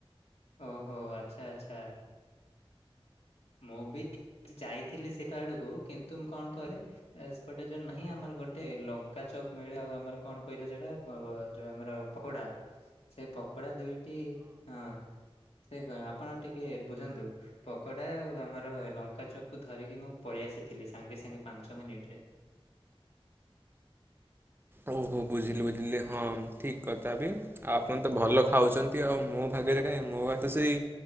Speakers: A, on the left; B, on the right.
A: ଓହୋ! ଆଚ୍ଛା ଆଚ୍ଛା। ମୁଁ ବି ଯାଇଥିଲି ସେଟା ଆଡକୁ କିନ୍ତୁ ମୁଁ କଣ କହିଲେ ଏ ସେପଟେ ଯୋଉ ନାହିଁ ଆମର ଗୋଟେ ଲଙ୍କା ଚପ ମିଳେ ଆଉ ଆମର କଣ କହିଲେ ସେଇଟା ପ ଯୋଉ ଆମର ପକୋଡା। ସେ ପକୋଡା ଦୁଇଟି, ହଁ ସେ କ ଆପଣ ଟିକେ ବୁଝନ୍ତୁ ପକୋ ଡା ଆଉ ଆମର ଲଙ୍କା ଚପ୍ କୁ ଧରିକି ମୁଁ ପଳେଇ ଆସିଥିଲି ସାଙ୍ଗେ ସାଙ୍ଗେ ପାଞ୍ଚ ମିନିଟରେ।
B: ଓହୋ ବୁଝିଲି ହଁ ଠିକ କଥା ବି ଆଉ ଆପଣ ତ ଭଲ ଖାଉଛନ୍ତି ଆଉ ମୋ ଭାଗ୍ୟରେ କାଇଁ ମୋ ଭାଗ୍ୟରେ ତ ସେଇ